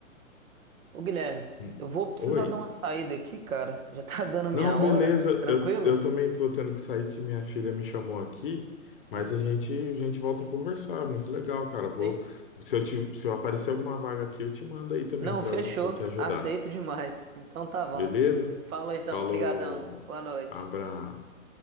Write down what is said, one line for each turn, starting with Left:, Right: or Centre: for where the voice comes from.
Right: Ô Guilherme,
Left: Hum.
Right: eu vou precisar
Left: Oi.
Right: dar uma saída aqui, cara. Já tá <laughs> dando minha
Left: Não,
Right: hora.
Left: beleza.
Right: Tranquilo?
Left: Eu, eu também tô tendo que sair que minha filha me chamou aqui,
Right: Tranquilo.
Left: mas a gente a gente volta a conversar. Muito legal, cara. Vou,
Right: Sim.
Left: se eu te, se eu aparecer alguma vaga aqui, eu te mando aí também
Right: Não,
Left: para
Right: fechou.
Left: para te ajudar.
Right: Aceito demais. Então tá bom.
Left: Beleza?
Right: Falou então.
Left: Falou.
Right: Obrigadão. Boa noite.
Left: Abraço.
Right: Hum.